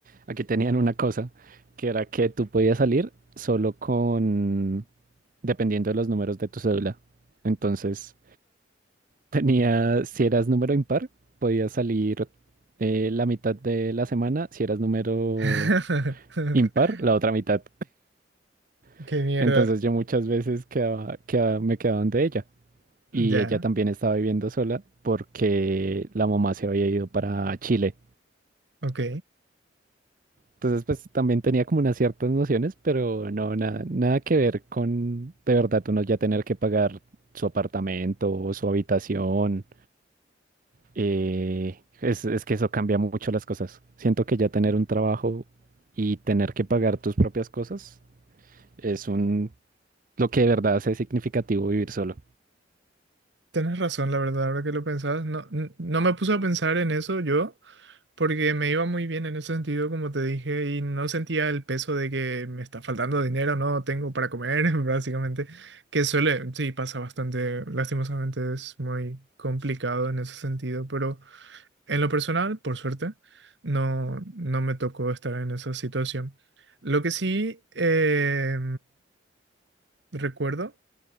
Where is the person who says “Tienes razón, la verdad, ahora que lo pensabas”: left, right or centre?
Right